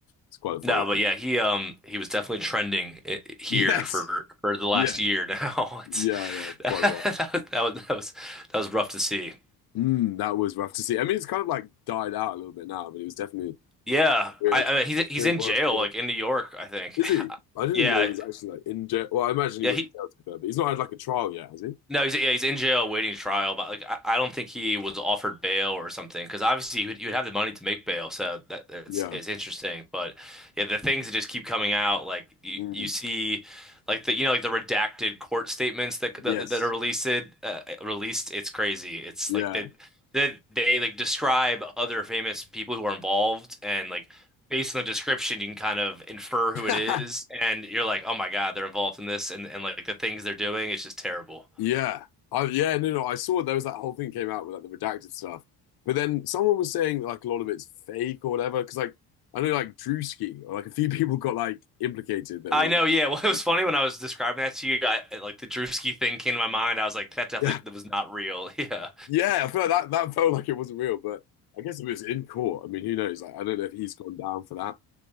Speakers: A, on the left; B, in the centre.
A: It's quite a funny
B: No, but
A: one.
B: yeah,
A: <laughs>
B: he um he was definitely trending i here
A: Yes.
B: for for the last
A: Yes.
B: year now.
A: Yeah,
B: <laughs> It's
A: yeah,
B: <laughs> that
A: quite a while.
B: was that was that was that was rough to see.
A: Mm, that was rough to see. I mean, it's kind of like died out a little bit now, but it was definitely
B: Yeah,
A: weird.
B: I, I he's he's
A: Weird
B: in
A: one.
B: jail
A: Well,
B: like in New York, I think.
A: is he?
B: <laughs>
A: I didn't
B: Yeah,
A: even know he was actually like in jail. Well, I imagine he
B: yeah,
A: was
B: he,
A: in jail to be fair, but he's not had like a trial yet, has he?
B: No, he's yeah, he's in jail waiting trial, but like I, I don't think he was offered bail or something because obviously you would, you would have the money to make bail, so that it's
A: Yeah.
B: it's interesting. But yeah, the things that just keep coming out, like you
A: Mm.
B: you see, like the you know like the redacted court statements that that,
A: Yes.
B: that are released uh, released. It's crazy. It's
A: Yeah.
B: like they, they they like describe other famous people who are involved and like. Based on the description, you can kind of infer who
A: Yeah.
B: it is,
A: <laughs>
B: and you're like, "Oh my God, they're involved in this," and and like the things they're doing, it's just terrible.
A: Yeah. I, yeah, no, no. I saw there was that whole thing came out with like the redacted stuff. But then someone was saying that like a lot of it's fake or whatever. Because like I know like Drewski or like a few <laughs> people got like implicated that
B: I
A: were like
B: know, yeah.
A: <laughs>
B: <laughs> Well, it was
A: fake.
B: funny when I was describing that to you, I, like the Drewski thing came to my mind. I was like, that definitely
A: Yeah.
B: that was not real. <laughs> Yeah.
A: Yeah, I feel like that, that felt like it wasn't real, but I guess it was in court. I mean, who knows? Like I don't know if he's gone down for that.